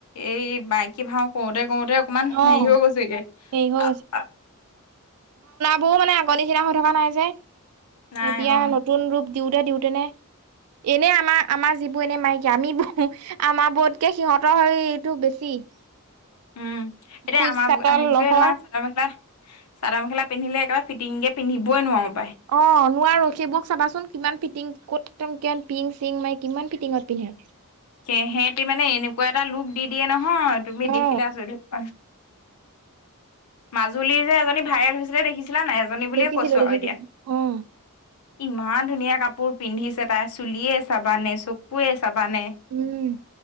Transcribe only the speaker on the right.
অ',
হেৰি হৈ
বৌ মানে আগৰ নিচিনা হৈ থকা নাই যে,
এতিয়া
নতুন ৰূপ দিওতে-দিওঁতে নে এনে আমাৰ- আমাৰ যিবোৰ এনে মাইকী, আমি আমাৰ বোৰতকৈ সিহঁতৰ হেৰিটো বেছি। <inaudible>
খোজ
কাতল
লহৰ
অ নোৱাৰো। সেইবোৰক চাবাচোন কিমান ফিটিং ক'ত কে-কে পিন-চিন মাৰি কিমান ফিটিঙত পিন্ধে।
অ
দেখিছিলো
দেখিছিলো
অ
উম